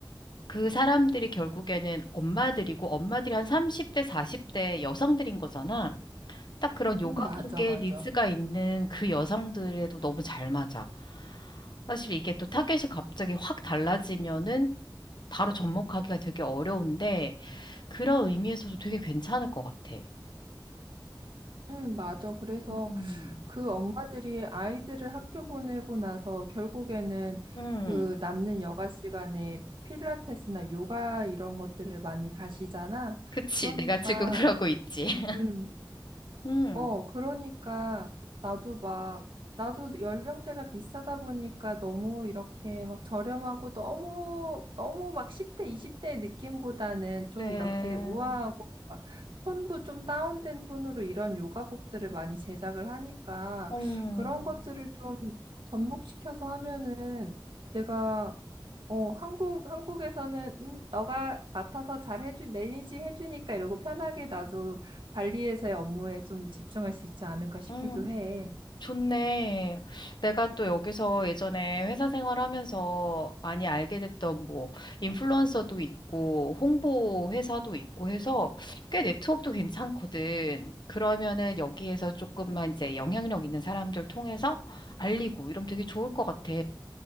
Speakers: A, on the left; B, on the right.
A: 그 사람들이 결국에는 엄마들이고 엄마들이 한 30대, 40대 여성들인 거잖아. 딱 그런 요가복에
B: 음, 맞아, 맞아.
A: 니즈가 있는 그 여성들에도 너무 잘 맞아. 사실 이게 또 타겟이 갑자기 확 달라지면은 바로 접목하기가 되게 어려운데 그런 의미에서도 되게 괜찮을 것 같아.
B: 음, 맞아. 그래서
A: 음.
B: 그 엄마들이 아이들을 학교 보내고 나서 결국에는
A: 음.
B: 그 남는 여가 시간에 필라테스나 요가 이런 것들을 많이 가시잖아.
A: 그치.
B: 그러니까,
A: 내가 지금 그러고 있지. <laughs>
B: 음,
A: 음.
B: 어, 그러니까 나도 막 나도 연령대가 비슷하다 보니까 너무 이렇게 막 저렴하고 너무 너무 막 10대, 20대의 느낌보다는
A: 그래.
B: 좀 이렇게 우아하고 막 톤도 좀 다운된 톤으로 이런 요가복들을 많이 제작을 하니까
A: 음.
B: 그런 것들을 좀 접목시켜서 하면은 내가 어, 한국, 한국에서는, 음, 너가 맡아서 잘 해주, 매니징 해주니까 이러고 편하게 나도 관리에서의 업무에 좀 집중할 수 있지 않을까 싶기도
A: 음.
B: 해.
A: 좋네. 내가 또 여기서 예전에 회사 생활하면서 많이 알게 됐던 뭐 인플루언서도 있고 홍보 회사도 있고 해서 꽤 네트워크도 괜찮거든. 그러면은 여기에서 조금만 이제 영향력 있는 사람들 통해서 알리고 이러면 되게 좋을 것 같아.